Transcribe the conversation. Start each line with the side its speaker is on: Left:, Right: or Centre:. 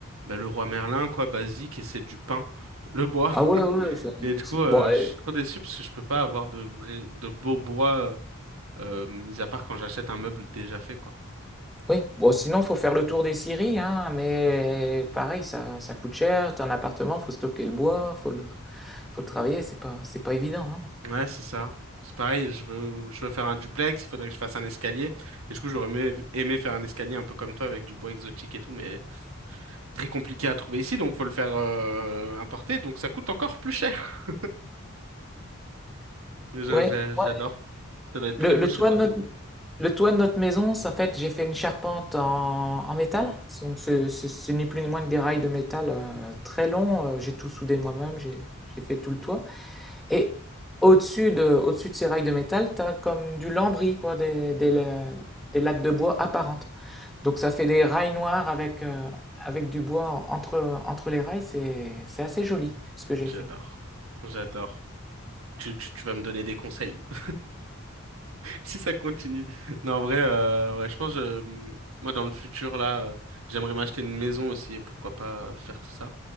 Right: bah, le roi Merlin, quoi, basique, et c'est du pain, le bois.
Centre: Ah ouais, ouais, ça-
Right: Et du
Centre: ça-
Right: coup, euh,
Centre: bon, euh,
Right: je suis trop déçu parce que je peux pas avoir de vrai, de beau bois, euh, euh, mis à part quand j'achète un meuble déjà fait, quoi.
Centre: oui, bon, sinon, faut faire le tour des scieries, hein, mais pareil, ça, ça coûte cher, t'as un appartement, faut stocker le bois, faut le, faut le travailler, c'est pas, c'est pas évident, hein.
Right: Ouais, c'est ça. C'est pareil, je veux, je veux faire un duplex, il faudrait que je fasse un escalier. Et du coup, j'aurais aimé, aimé faire un escalier un peu comme toi avec du bois exotique et tout, mais très compliqué à trouver ici, donc faut le faire, euh, importer, donc ça coûte encore plus cher. <laughs> Mais j'a-
Centre: Ouais,
Right: j'a- j'adore.
Centre: ouais,
Right: Ça doit être
Centre: le,
Right: très beau
Centre: le
Right: chez
Centre: toit
Right: toi.
Centre: de notre, le toit de notre maison, ça, en fait, j'ai fait une charpente en, en métal, donc ce, ce- ce n'est plus ni moins que des rails de métal euh, très longs, euh, j'ai tout soudé moi-même, j'ai j'ai fait tout le toit. Et au-dessus de, au-dessus de ces rails de métal, tu as comme du lambris, quoi, des, des, des lattes de bois apparentes. Donc ça fait des rails noirs avec, euh, avec du bois entre, entre les rails. C'est, c'est assez joli ce que
Right: J'adore.
Centre: j'ai fait.
Right: J'adore. Tu, tu, tu vas me donner des conseils. <laughs> Si ça continue. Non, en vrai, euh, ouais, je pense, euh, hum, moi, dans le futur, là, euh, j'aimerais m'acheter une maison aussi et pourquoi pas euh, faire tout ça.